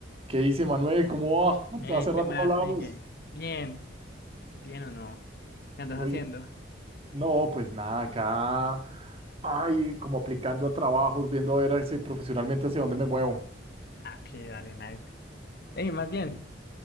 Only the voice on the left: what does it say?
Eh,
¿qué más,
Miguel? Bien, bien o no. ¿Qué andas
haciendo?
Ah, qué dale, nice. Ey, más bien,